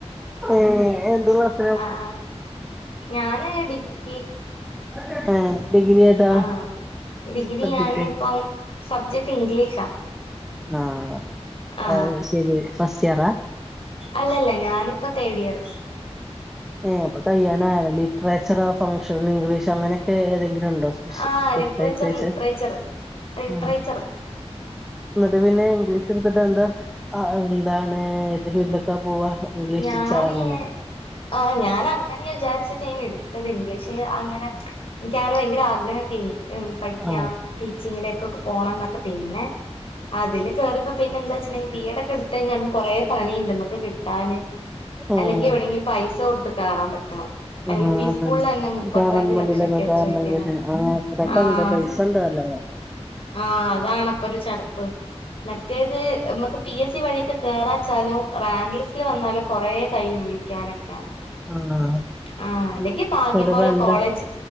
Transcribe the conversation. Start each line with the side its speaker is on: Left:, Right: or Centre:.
Centre: ഏഹ് എന്തു ക്ലാസ്സ്?
Left: ആഹ് ആഹ് ഞാന് ഡിഗ്രിക്ക്.
Centre: ഏഹ് ഡിഗ്രി ഏതാ
Left: ആഹ് ഡിഗ്രി
Centre: സബ്ജക്ട്
Left: ഞാനിപ്പം സബ്ജക്ട് ഇംഗ്ലീഷാ.
Centre: ആഹ്
Left: ആ
Centre: അത് ശെരി ഫസ്റ്റ് ഇയറാ?
Left: അല്ലല്ല ഞാനിപ്പ തേടിയറ്.
Centre: ഏ അപ്പൊ കഴിനായല്ല ലിറ്റ്റേച്ചറോഫ് ഫംഗ്ഷണിഗ്ലീഷ് അങ്ങനെക്കെ ഏതെങ്കിലുണ്ടോ സ്പെഷ്
Left: ആ
Centre: സ്പെഷ്യലൈസേഷൻ
Left: ലിറ്ററേച്ചർ ലിറ്ററേച്ചർ ലിറ്ററേച്ചർ
Centre: ആ ഇന്ന്ട്ട് പിന്നെ ഇംഗ്ലീഷ്ട്ത്ത്ട്ട് എന്താ ആ എന്താണ് ഏത് ഫീൽഡിലെക്കാ പോവാ ഇംഗ്ലീഷ്
Left: ഞാന്
Centre: ടീച്ചർ അങ്ങനെ
Left: ആ ഞാനങ്ങനേ വിചാരിച്ചിട്ടേനി ഇട്ത്തത് ഇംഗ്ലീഷ് അങ്ങനെ ഇൻക്കാനെ ഭയങ്കര ആഗ്രഹണ്ടെയ്ന് ഉം പഠിക്കാം
Centre: ആഹ്
Left: ടീച്ചിങ്ങിലേക്കൊക്കെ പോണന്നൊക്കെ പിന്നെ അതില് കേറിയപ്പോ പിന്നെന്താച്ച്ണെങ്കി ബീ എഡ് ഒക്കെ എടുത്തെയ്ഞ്ഞാലും കൊറേ പണിണ്ട് മ്മക്ക് കിട്ടാന് അല്ലെങ്കി
Centre: ആഹ്
Left: എവിടെങ്കി പൈസൊടുത്ത് കേറാം പറ്റണം
Centre: ആഹ്
Left: എൽ പി
Centre: അതന്നെ
Left: സ്കൾലെന്നെ മുപ്പത്തഞ്ച്
Centre: ഗവൺമെന്റിലൊക്കെ
Left: ലക്ഷൊക്കെ
Centre: കേറണെങ്കില്
Left: ചോയ്ക്ക്ന്നെ
Centre: ആഹ് അത്രൊക്കെ
Left: ആഹ്
Centre: ഉണ്ട് പൈസ ഉണ്ട് നല്ലോണം
Left: ആഹ് അതാണപ്പൊരു ചടപ്പ് മറ്റേത് മ്മക്ക് പി എസ് സി വഴിയെക്കെ കേറാച്ചാലും റാങ്ക് ലിസ്റ്റില് വന്നാല് കൊറേ കയ്യും വിളിക്കാനൊക്കെ
Centre: ആഹ്
Left: ആഹ് അല്ലെങ്കി പാഗ്യം
Centre: ചിലപ്പോ
Left: പോലെ
Centre: എന്താ
Left: കോളേജ്